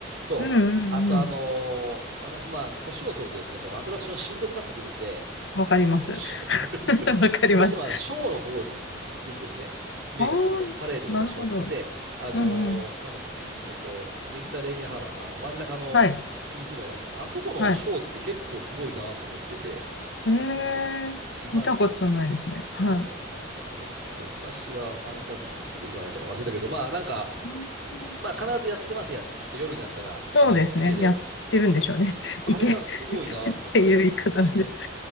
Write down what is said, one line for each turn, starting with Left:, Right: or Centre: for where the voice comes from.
Right: と、
Left: うんう
Right: あとあのー私まあ、
Left: んうん
Right: 年を取るとですね、もうアトラクションしんどくなってくるんで、
Left: わかります。
Right: どうしてもし、<laughs>
Left: <laughs> わかります。
Right: どうしてもあのショーの方に行くんですね。目がですね、
Left: ああ、
Right: パレードとかショーの方で、
Left: なるほど。
Right: あのーなんだったっけ、
Left: うんうん。
Right: えっと、メディタレーニアンハーバーか、あの真ん中の湖ありませんか。
Left: はい。
Right: あそこのショーって結構すごいなと思ってて、
Left: はい。へえ、
Right: 今、
Left: 見たことないですね。
Right: 何やってんのかな、
Left: は
Right: なんか、えっと、昔はファンタズミックで、今何やったか忘れたけど、まあなんか、
Left: い。うん
Right: まあ必ずやってますやん、きっと夜になったら、あの池で。
Left: そうですね。やってるんでしょうね。<laughs>
Right: あれがすごいなと思ってまして、
Left: 池、池っていう言い方なんです。